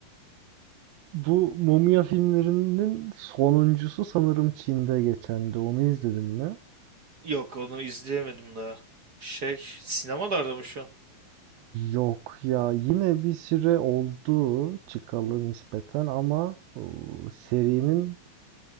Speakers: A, on the right; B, on the right.
A: Bu mumya filmlerinin sonuncusu sanırım Çin'de geçendi. Onu izledin mi?
B: <laughs> Yok onu izleyemedim daha. Şey sinemalarda mı şu an?
A: Yok ya yine bir süre oldu çıkalı nispeten ama o, serinin